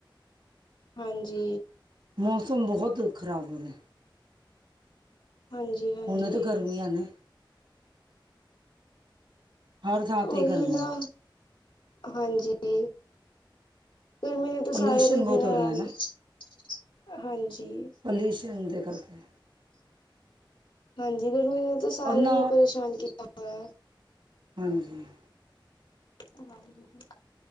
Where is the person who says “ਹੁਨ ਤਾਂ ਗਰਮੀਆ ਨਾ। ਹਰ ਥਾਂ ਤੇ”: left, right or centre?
Right